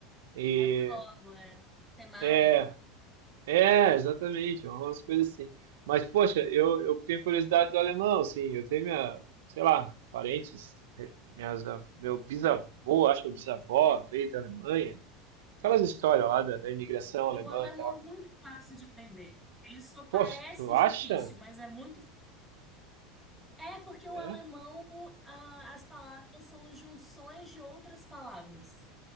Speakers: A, on the right (about 80°); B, in the centre.
A: E
B: Até logo, é. Até mais.
A: é, É, exatamente, é umas coisas assim. Mas, poxa, eu, eu tenho curiosidade do alemão, assim, eu tenho minha, sei lá, parentes, re- minhas, av- meu bisavô, acho que meu bisavó veio da Alemanha, aquelas histórias lá da, da imigração
B: E
A: alemã
B: o alemão
A: e tal.
B: é muito fácil de aprender. Ele só parece
A: Poxa, tu
B: difícil,
A: acha?
B: mas é muito. fá- É porque o
A: É?
B: alemão, ah, as palavras são junções de outras palavras.